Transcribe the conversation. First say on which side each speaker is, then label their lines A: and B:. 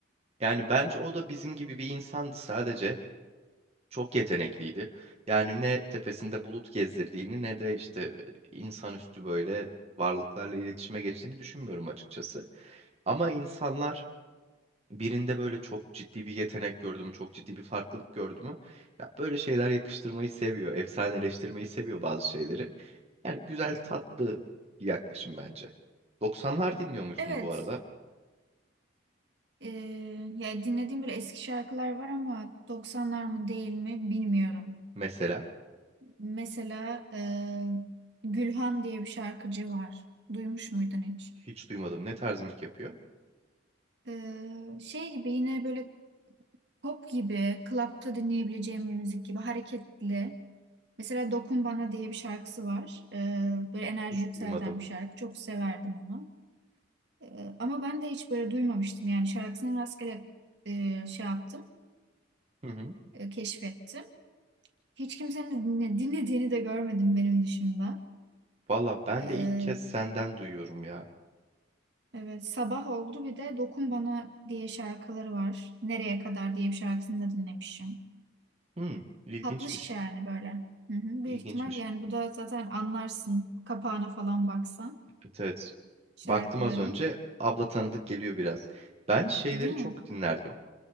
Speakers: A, on the right; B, on the right.
A: yani bence o da bizim gibi bir insandı sadece. Çok yetenekliydi. Yani ne tepesinde bulut gezdirdiğini ne de işte insanüstü böyle varlıklarla iletişime geçtiğini düşünmüyorum açıkçası. Ama insanlar birinde böyle çok ciddi bir yetenek gördü mü, çok ciddi bir farklılık gördü mü, ya böyle şeyler yakıştırmayı seviyor, efsaneleştirmeyi seviyor bazı şeyleri. Yani güzel, tatlı bir yaklaşım bence. 90'lar dinliyor musun
B: Evet,
A: bu arada?
B: Ee, ya dinlediğim böyle eski şarkılar var ama 90'lar mı değil mi bilmiyorum.
A: Mesela
B: Mesela e, Gülhan diye bir şarkıcı var. Duymuş muydun hiç?
A: hiç duymadım. Ne tarz müzik yapıyor?
B: Ee, şey gibi yine böyle pop gibi, klapta dinleyebileceğim bir müzik gibi hareketli. Mesela Dokun Bana diye bir şarkısı var. Ee, böyle enerji
A: Hiç
B: yükselten
A: duymadım.
B: bir şarkı. Çok severdim onu. Ee, ama ben de hiç böyle duymamıştım yani şarkısını rastgele e, şey yaptım,
A: Hı hı.
B: e, keşfettim. Hiç kimsenin dinle- dinlediğini de görmedim benim dışında.
A: Valla ben
B: Ee,
A: de ilk kez senden duyuyorum ya.
B: evet sabah oldu bir de Dokun Bana diye şarkıları var. Nereye kadar diye bir şarkısını da dinlemişim.
A: Hmm, ilginçmiş.
B: Tatlı şişe yani böyle. Hı hı. Büyük
A: İlginçmiş.
B: ihtimal yani bu da zaten anlarsın kapağına falan baksan
A: Evet, evet.
B: şarkıların.
A: Baktım az önce. Abla tanıdık geliyor biraz. Ben şeyleri
B: Değil mi?
A: çok dinlerdim.